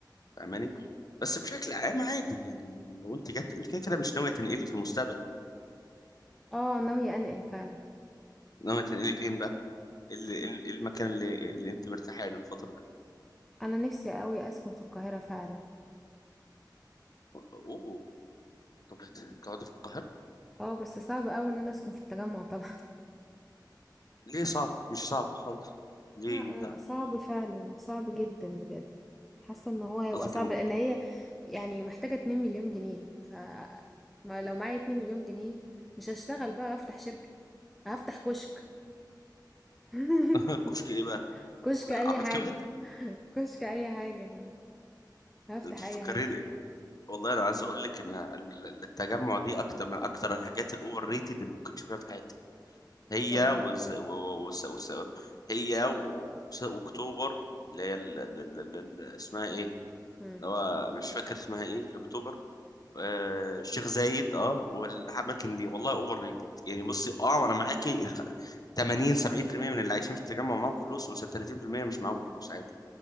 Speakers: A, on the left (about 55°); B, in the centre.
A: فاهماني بس بشكل عام عادي يعني لو انت جت انت كده كده مش ناويه تنقلي في المستقبل
B: آه، ناوية أنقل فعلًا.
A: ناويه تنقلي فين بقى ايه ال- ايه ال- ايه المكان اللي, اللي انت مرتاحه له الفتره اللي فاتت؟
B: انا نفسي قوي اسكن في القاهره فعلا
A: اوه طب تقعدي في القاهره
B: اه بس صعب قوي ان انا اسكن في التجمع طبعا
A: ليه صعب مش صعب خالص
B: <laughs>
A: ليه
B: لا أنا
A: صعب
B: صعب فعلا صعب جدا بجد حاسه ان هو هيبقى
A: قصدك
B: صعب
A: الم-
B: لان هي يعني محتاجه 2 مليون جنيه ف ما لو معايا 2 مليون جنيه مش هشتغل بقى افتح شركه هفتح كشك <laughs>
A: <laughs> كشك ايه بقى
B: كشك اي
A: عربية
B: حاجه
A: كبدة
B: كشك اي حاجه يعني هفتح
A: انت فكرين
B: اي حاجه
A: والله انا عايز اقول لك ان ال- ال- التجمع دي اكتر من اكتر الحاجات الاوفر ريتد اللي ممكن تشوفها في حياتك هي
B: والله
A: وز... و... و... وس... وس... هي وس... واكتوبر اللي هي ال... ال... ال... ال... ال- اسمها ايه
B: امم
A: اللي هو مش فاكر اسمها ايه في اكتوبر آه، الشيخ زايد اه والاماكن دي والله اوفر ريتد يعني بصي اه انا معاكي الخ- 80 70% من اللي عايشين في التجمع معاهم فلوس و30% مش معاهم فلوس عادي